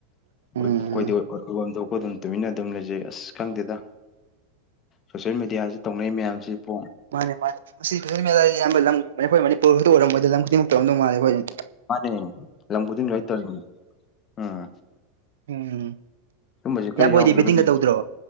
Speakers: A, on the right; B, on the left.
A: ꯎꯝ
B: ꯑꯩꯈꫭꯏ ꯑꯩꯈꯣꯏꯗꯤ ꯑꯣꯏꯕꯝ ꯊꯣꯛꯄ ꯑꯗꯨꯝ ꯇꯨꯃꯤꯟꯅ ꯑꯗꯨꯝ ꯂꯩꯖꯩ ꯑꯁ ꯈꯪꯗꯦꯗ ꯁꯣꯁꯌꯦꯜ ꯃꯦꯗꯤꯌꯥꯁꯤ ꯇꯧꯅꯩ ꯃꯌꯥꯝꯁꯤꯕꯨ
A: ꯃꯥꯅꯦ ꯃꯥꯅꯦ ꯃꯁꯤ ꯁꫭꯁꯜ ꯃꯦꯗꯤꯌꯥꯁꯦ ꯑꯌꯥꯝꯕ ꯂꯝ ꯑꯩꯈꯣꯏ ꯃꯅꯤꯄꯨꯔ ꯈꯛꯇ ꯑꯣꯏꯔꯝꯃꫭꯏꯗꯤ ꯂꯝ ꯈꯨꯗꯤꯡꯃꯛꯇ ꯑꫭꯏꯔꯝꯗꯧ ꯃꯥꯂꯦ ꯑꯩꯈꯣꯏꯗꯤ
B: ꯃꯥꯅꯦꯅꯦ ꯂꯝ ꯈꯨꯗꯤꯡ ꯂꯣꯏ ꯇꯧꯔꯤꯅꯦ ꯎꯝ
A: ꯎꯝ
B: ꯁꯨꯝꯕꯁꯦ ꯈꯔ
A: ꯏꯌꯥꯝꯕ
B: ꯌꯥꯎꯗ꯭ꯔꯒꯗꯤ
A: ꯍꫭꯏꯗꯤ ꯕꯦꯇꯤꯡꯒ ꯇꯧꯗ꯭ꯔꯣ